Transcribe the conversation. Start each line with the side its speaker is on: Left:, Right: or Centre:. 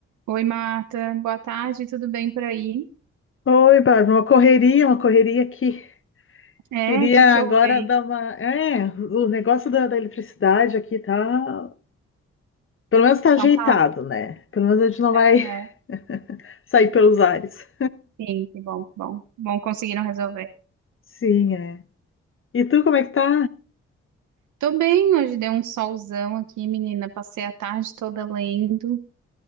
Right: Oi, Marta. Boa tarde, tudo bem por aí?
Left: Oi, Bárbara, uma correria, uma correria aqui.
Right: É,
Left: Queria
Right: o que que
Left: agora
Right: houve aí?
Left: dar uma. É, o negócio da, da eletricidade aqui tá. Pelo menos tá ajeitado,
Right: Tá um caos?
Left: né? Pelo menos a gente não
Right: Aham,
Left: vai <laughs> sair pelos ares.
Right: Sim, que bom, que bom. Bom, conseguiram resolver.
Left: Sim, é. E tu, como é que tá?
Right: Tô bem, hoje deu um solzão aqui, menina. Passei a tarde toda lendo.